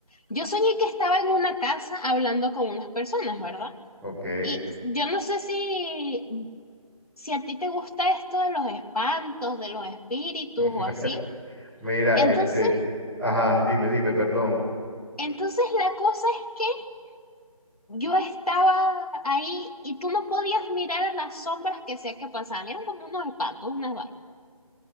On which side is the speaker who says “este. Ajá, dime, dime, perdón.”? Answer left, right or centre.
Centre